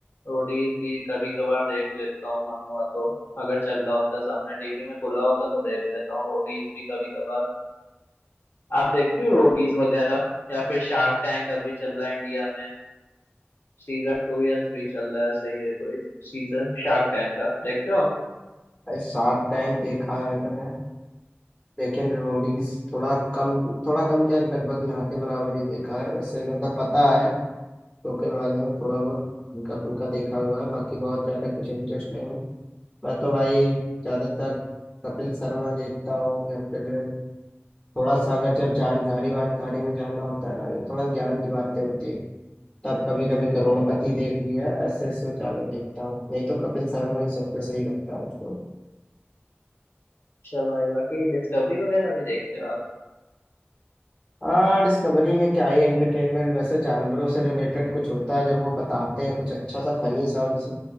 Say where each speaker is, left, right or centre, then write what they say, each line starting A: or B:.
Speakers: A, on the left (about 65°); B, on the left (about 20°).
A: रोडीज भी कभी कभार देख लेता हूँ मन हुआ तो अगर चल रहा होता है सामने टीवी में खुला होगा तो देख लेता हूँ रोडीज भी कभी कभार आप देखते हो रोडीज वगैरह या फिर शार्क टैंक अभी चल रहा है इंडिया में सीजन टू या थ्री चल रहा है सही है कोई सीजन शार्क टैंक का देखते हो आप?
B: भाई शार्क टैंक देखा है मैंने लेकिन रोडीज थोड़ा कम थोड़ा कम क्या लगभग ना के बराबर ही देखा है वैसे मतलब पता है शो के बारे में थोड़ा बहुत हल्का फुल्का देखा हुआ है बाकी बहुत ज्यादा कुछ इंटरेस्ट नहीं है मैं तो भाई ज्यादातर कपिल शर्मा देखता हूँ या फिर थोड़ा सा अगर जब जानकारी वानकारी में जानना होता है ना जो थोड़ा ज्ञान की बातें होती है तब कभी कभी करोड़पति देख लिया ऐसे से ज्यादा देखता हूँ नहीं तो कपिल शर्मा ही सबसे सही लगता है मुझको
A: अच्छा भाई बाकी डिस्कवरी वगैरह भी देखते हो आप
B: हाँ डिस्कवरी में क्या ही एंटरटेनमेंट वैसे जानवरों से रिलेटेड कुछ होता है जब वो बताते हैं कुछ अच्छा सा फनी सा उनसे